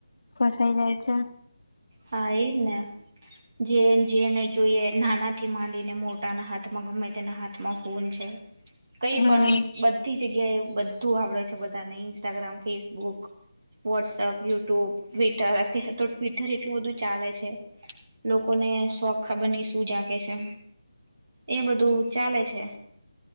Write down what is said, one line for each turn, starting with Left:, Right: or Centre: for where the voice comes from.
Left: ફસાઈ જાય છે,
Right: હા એને જે જેને જોઈએ નાના થી માંડીને મોટ ા ના હાથમાં ગમે તેના હાથમાં ફોન છે કઈ
Left: હા
Right: પણ બધી જગ્યા એવું બધું આવડે છે બધાને Instagram Facebook WhatsApp YouTube Twitter અત્યારે તો ટ્વિટર એટલું બધું ચાલે છે લોકોને શોખ ખબરની શું જાગે છે એ બધું ચાલે છે